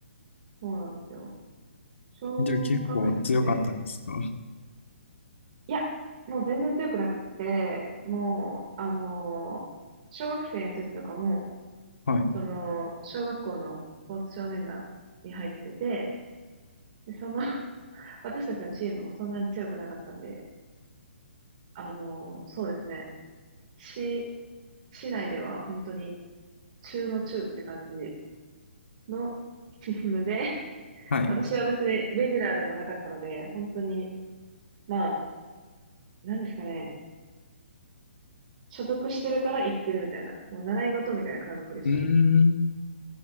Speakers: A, on the right; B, on the left.
A: そうなんですよ。小学生、
B: じゃあ結構強かったですか
A: いや、もう全然強くなくって、もう、あのー小学生の時とかも、
B: はい。
A: その、小学校のスポーツ少年団に入ってて、で、その <laughs> 私たちのチームもそんなに強くなかったんで、あのーそうですね。し市内では本当に中の中って感じの <laughs> チームで、<laughs>
B: はい。
A: 私は別にレギュラーでもなかったので、本当に、まあ、なんですかね、所属してるから行ってるみたいな、もう習い事みたいな感覚でしたね。
B: うーん。